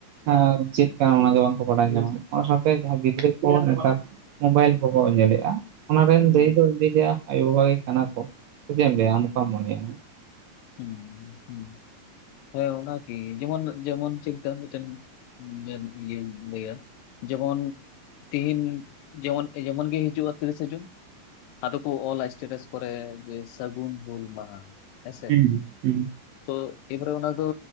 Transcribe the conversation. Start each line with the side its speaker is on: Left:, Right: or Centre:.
Right: ᱦᱮᱸ ᱪᱮᱫ ᱠᱟᱱᱟ ᱚᱱᱟ ᱜᱮ ᱵᱟᱝᱠᱚ ᱵᱟᱰᱟᱭ ᱧᱟᱢᱟ ᱚᱱᱟ ᱥᱟᱶᱛᱮ ᱡᱟᱦᱟᱸ ᱜᱤᱫᱽᱨᱟᱹ <unintelligible> ᱱᱮᱛᱟᱨ ᱢᱳᱵᱟᱭᱤᱞ ᱠᱚᱠᱚ ᱧᱮᱞᱮᱜᱼᱟ ᱚᱱᱟᱨᱮᱱ
Left: ᱦᱩᱸ
Right: ᱫᱟᱹᱭᱤ ᱫᱚ ᱤᱧ ᱫᱩᱧ ᱞᱟᱹᱭᱼᱟ <unintelligible> ᱟᱭᱳ ᱵᱟᱵᱟ ᱜᱮ ᱠᱟᱱᱟ ᱠᱚ ᱥᱮ ᱪᱮᱫ ᱮᱢ ᱞᱟᱹᱭᱟ ᱟᱢ ᱚᱠᱟᱢ ᱢᱚᱱᱮᱭᱟ?
Left: ᱦᱩᱸ ᱦᱩᱸ ᱦᱳᱭ ᱚᱱᱟᱠᱤ ᱡᱮᱢᱚᱱ ᱡᱮᱢᱚᱱ ᱪᱮᱫ <unintelligible> ᱤᱭᱟᱹᱧ ᱞᱟᱹᱭᱟ ᱡᱮᱢᱚᱱ ᱛᱮᱦᱮᱧ ᱡᱮᱢᱚᱱ ᱡᱮᱢᱚᱱ ᱜᱮ ᱦᱤᱡᱩᱜᱼᱟ ᱛᱤᱨᱤᱥᱮ ᱡᱩᱱ᱾ ᱟᱫᱚ ᱠᱚ ᱚᱞᱟ ᱥᱴᱮᱴᱟᱥ ᱠᱚᱨᱮ ᱡᱮ ᱥᱟᱹᱜᱩᱱ ᱦᱩᱞ ᱢᱟᱦᱟ᱾ ᱦᱮᱸᱥᱮ
Right: ᱦᱩᱸ ᱦᱩᱸ᱾
Left: ᱛᱚ ᱮᱯᱚᱨᱮ ᱚᱱᱟ ᱫᱚ